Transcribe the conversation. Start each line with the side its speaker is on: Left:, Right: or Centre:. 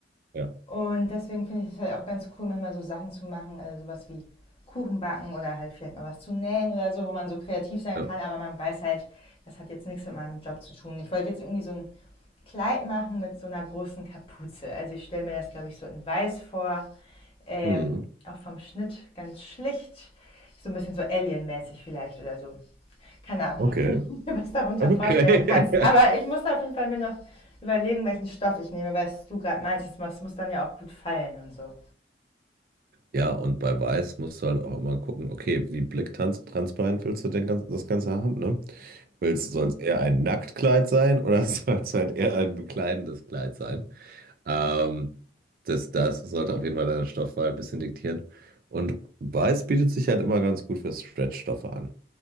Right: Ja,
Left: Und deswegen finde ich es halt auch ganz cool, manchmal so Sachen zu machen, äh, sowas wie Kuchen backen oder halt vielleicht mal was zu nähen oder so, wo man so kreativ sein
Right: ja.
Left: kann, aber man weiß halt, das hat jetzt nichts mit meinem Job zu tun. Ich wollte jetzt irgendwie so ein Kleid machen mit so einer großen Kapuze. Also ich stelle mir das, glaube ich, so in weiß vor, ähm,
Right: Hm.
Left: auch vom Schnitt ganz schlicht, so ein bisschen so Alien-mäßig vielleicht oder so keine Ahnung,
Right: Okay.
Left: <laughs> ob du mir was darunter
Right: Okay.
Left: vorstellen kannst.
Right: <laughs>
Left: Aber ich muss auf jeden Fall mir noch überlegen, welchen Stoff ich nehme, weil du gerade meintest, es muss dann ja auch gut fallen und so.
Right: Ja, und bei Weiß musst du halt auch immer gucken, okay, wie blicktransparent willst du denn ganz, das Ganze haben, ne? Willst, soll es eher ein Nacktkleid sein oder <laughs> soll es halt eher ein bekleidendes Kleid sein? Ähm, das, das sollte auf jeden Fall deine Stoffwahl ein bisschen diktieren. Und Weiß bietet sich halt immer ganz gut für Stretchstoffe an.